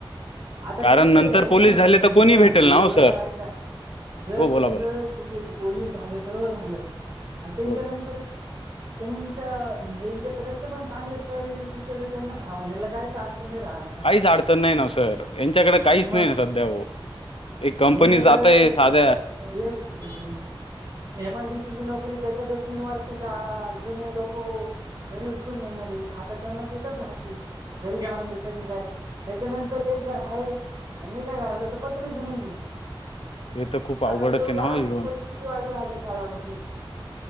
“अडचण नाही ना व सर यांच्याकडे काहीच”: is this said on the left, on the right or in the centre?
Left